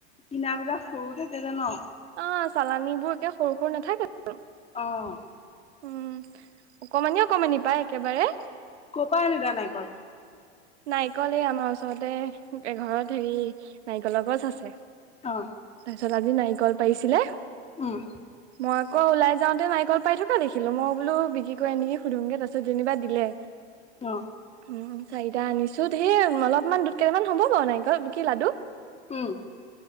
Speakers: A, on the left; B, on the right.
A: কিনাবিলাক সৰু থাকে যে ন।
B: অ, চালানীবোৰ একে সৰু সৰু নাথাকে জানো?
A: অ,
B: উম, অকমানি অকমানি পাই একেবাৰে।
A: ক'ৰ পৰা আনিলা নাৰিকল
B: নাৰিকল এই আমাৰ ওচৰতে এঘৰত হেৰি নাৰিকলৰ গছ আছে।
A: অ,
B: তথাপিও নাৰিকল পাৰিছিলে,
A: উম
B: মই আকৌ ওলাই যাওঁতে নাৰিকল। পাই থকা দেখিলো। মই বোলো বিক্ৰী কৰে নেকি সুধোমগে তাৰিছত যেনিবা দিলে।
A: অ,
B: উম, চাৰিটা আনিছো ধেই অলপমান দু কেইটামান হ'ব বাৰু নাইকল কি লাডু।
A: টোল।